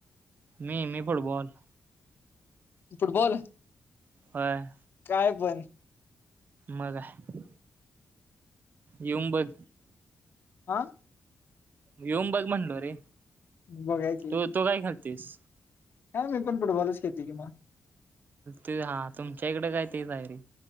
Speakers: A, on the right; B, on the left.
A: मी, मी फुटबॉल.
B: फुटबॉल
A: होय.
B: काय पण.
A: मग हाय, येऊन बघ.
B: हां.
A: येऊन बघ म्हणलो रे.
B: बघायची
A: तू तू काय खालतीस?
B: नाय मी पण फुटबॉलच खेळतेकि म.
A: ते हा तुमच्या इकडे काय तेच हायरे.